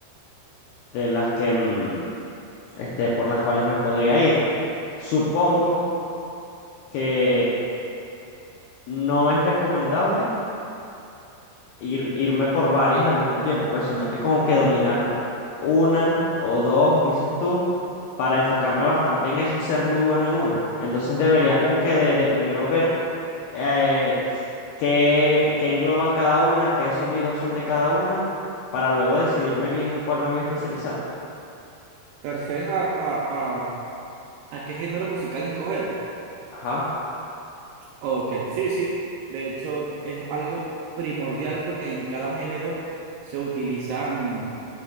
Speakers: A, on the left; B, on the right.
A: de las que, mm, este, por las cuales me podría ir. Supongo que no es recomendable ir, irme por varias al mismo tiempo, pues, sino que como que dominar una o dos, dices tú, para enfocarme bastante en eso y ser muy bueno en una. Entonces debería como que de, de primero ver eh, qué, qué engloban cada una, qué sonidos son de cada una, para luego decidirme bien en cuál me voy a especializar.
B: ¿Te refieres a, a, a, a qué género musical escoger?
A: Ajá.
B: Ok, sí, sí. De hecho, es algo primordial porque en cada género se utilizan